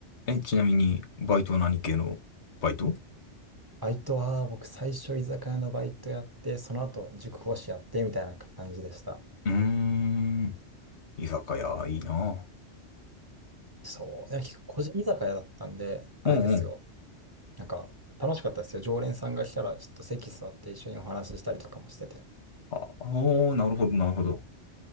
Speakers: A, on the left; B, on the right.
A: え、ちなみに、バイトは何系のバイト
B: バイトは僕最初居酒屋のバイトやって、その後塾講師やってみたいな感じでした。
A: うーん、居酒屋、いいな。
B: そう。いや、結構個人居酒屋だったんで、あれですよ。
A: うんうん。
B: なんか、楽しかったですよ。常連さんが来たら、ちょっと席座って一緒にお話ししたりとかもしてて。
A: ああー、なるほど、なるほど。